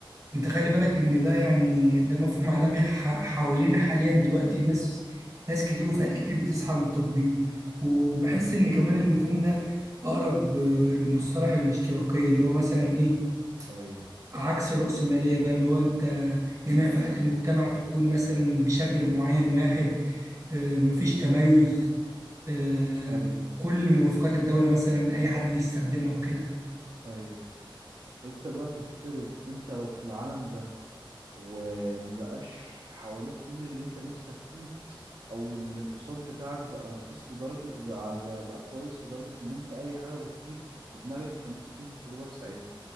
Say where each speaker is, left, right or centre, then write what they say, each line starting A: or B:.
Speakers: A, on the right; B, on the right.
A: انت خلي بالك ان ده يعني ده مفهوم عالمي ح- حوالينا حاليا دلوقتي الناس ناس كتير وفئات كتير بتسعى للتطبيق وبحس
B: ايوه
A: ان كمان المفهوم ده اقرب آه، لمصطلح الاشتراكية اللي هو مثلا ايه
B: ايوه
A: عكس الرأسمالية بقى اللي هو انت جميع فئات المجتمع تكون مثلا بشكل معين واحد آه، مفيش تميز آه،
B: ايوه
A: كل مرافقات الدولة مثلا اي حد يستخدمها وكده
B: ايوه انت بقى تفترض انت لو في العالم ده وما بقاش حواليك كل اللي انت نفسك فيه او الاقتصاد بتاعك بقى رخيص لدرجة بقى, بقى كويس لدرجة ان انت اي حاجة بتيجي في دماغك انت ممكن تنزل تجيبها في ساعتها